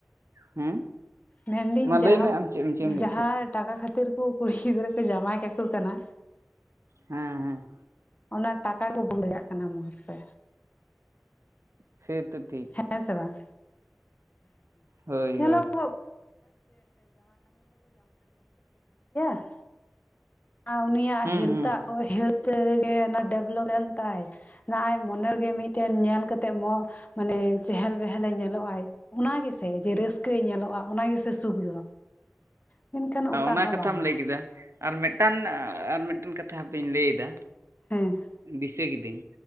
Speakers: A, on the right (about 70°); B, on the left (about 30°).
A: ᱦᱮᱸ
B: ᱢᱮᱱᱫᱟᱹᱧ
A: ᱢᱟ
B: ᱡᱟᱦᱟᱸ
A: ᱞᱟᱹᱭ ᱢᱮ ᱟᱢ ᱪᱮᱫ ᱮᱢ ᱪᱮᱫ ᱮᱢ ᱞᱟᱹᱭᱮᱫ
B: ᱡᱟᱦᱟᱸ
A: ᱛᱟᱦᱮᱸᱫ
B: ᱴᱟᱠᱟ ᱠᱷᱟᱹᱛᱤᱨ ᱠᱚ ᱠᱩᱲᱤ ᱜᱤᱫᱽᱨᱟᱹᱠᱚ ᱡᱟᱢᱟᱭ ᱠᱟᱠᱚ ᱠᱟᱱᱟ᱾
A: ᱦᱮᱸ ᱦᱮᱸ,
B: ᱚᱱᱟ ᱴᱟᱠᱟ ᱠᱚ ᱵᱩᱡᱟᱜ ᱠᱟᱱᱟ ᱠᱚ ᱢᱚᱸᱡᱽ ᱛᱮ,
A: ᱥᱮ <inaudible>
B: ᱦᱮᱸ ᱥᱮ ᱵᱟᱝ
A: ᱦᱳᱭ
B: ᱧᱮᱞᱚᱜ
A: ᱦᱳᱭ
B: <inaudible> ᱟᱨ ᱩᱱᱤᱭᱟᱜ
A: ᱦᱩᱸ
B: ᱦᱮᱞᱛᱷᱟᱜ
A: ᱦᱩᱸ
B: ᱠᱚ ᱦᱮᱞᱛᱮ ᱜᱮ ᱚᱱᱟ ᱰᱮᱵᱷᱞᱚᱯ ᱞᱮᱱ ᱛᱟᱭ ᱱ <inaudible> ᱢᱚᱱᱮᱜᱮ ᱢᱤᱫᱴᱟᱹᱱ ᱧᱮᱞ ᱠᱟᱛᱮᱜ <inaudible> ᱢᱟᱱᱮ ᱪᱮᱦᱮᱞ ᱵᱮᱦᱮᱞ ᱮ ᱧᱮᱞᱚᱜ ᱟᱭ ᱚᱱᱟ ᱜᱮᱥᱮ ᱡᱮ ᱨᱟᱹᱥ <inaudible> ᱧᱚᱞᱳᱜ-ᱟᱭ ᱚᱱᱟ ᱜᱮᱥᱮ ᱥᱩᱠ ᱫᱚ ᱢᱮᱱᱠᱷᱟᱱ ᱚᱠᱟ
A: ᱚᱱᱟ
B: ᱦᱚᱸ ᱵᱟᱝᱟ᱾
A: <unintelligible> ᱟᱨ ᱢᱤᱫᱴᱟᱱ ᱟᱨ ᱢᱤᱫᱴᱟᱹᱱ ᱠᱟᱛᱷᱟ ᱦᱟᱯᱮᱧ ᱞᱟᱹᱭ ᱮᱫᱟ
B: ᱦᱮᱸ,
A: ᱫᱤᱥᱟᱹ ᱠᱤᱫᱟᱹᱧ